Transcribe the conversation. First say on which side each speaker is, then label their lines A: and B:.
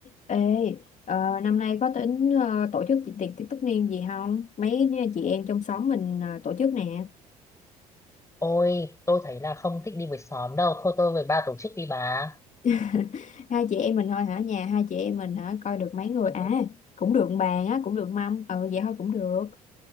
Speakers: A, on the left; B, on the left.
A: Ê, ờ, năm nay có tính ờ, tổ chức chị tiệc tiệc tất niên gì không? Mấy chị em trong xóm mình ờ, tổ chức nè.
B: Ôi, tôi thấy là không thích đi với xóm đâu. Thôi tôi với ba tổ chức đi bà.
A: <laughs> Hai chị em mình thôi hả? Nhà hai chị em mình hả? Coi được mấy người
B: Ừ,
A: à? Cũng được bàn á, cũng được mâm. Ừ vậy thôi cũng được.